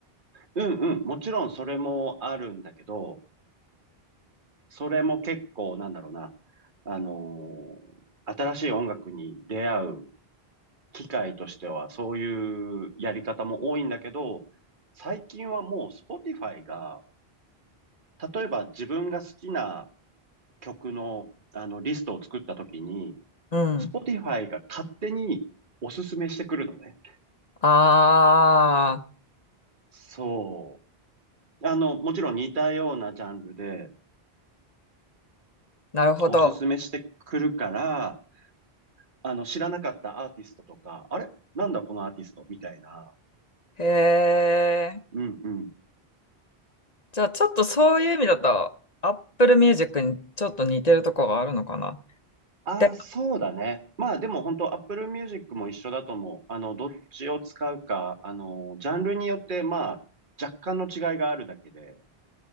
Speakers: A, on the right; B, on the left.
A: うんうん。もちろんそれもあるんだけど、それも結構なんだろうな。あのー新しい音楽に出会う機械としてはそういうやり方も多いんだけど、最近はもう Spotify が、例えば自分が好きな曲のあのリストを作った時に、
B: うん。
A: Spotify が勝手におすすめしてくるのね。
B: あー、
A: そう。あの、もちろん似たようなジャンルで
B: なるほど。
A: おすすめしてくるから、あの、知らなかったアーティストとか、あれなんだこのアーティストみたいな。
B: へえ。
A: うんうん。
B: じゃあ、ちょっとそういう意味だと、Apple Music にちょっと似てるとこがあるのかな。
A: ああ、
B: で、
A: そうだね。まあでも本当 Apple Music も一緒だと思う。あの、どっちを使うか、あの、ジャンルによってまあ若干の違いがあるだけで。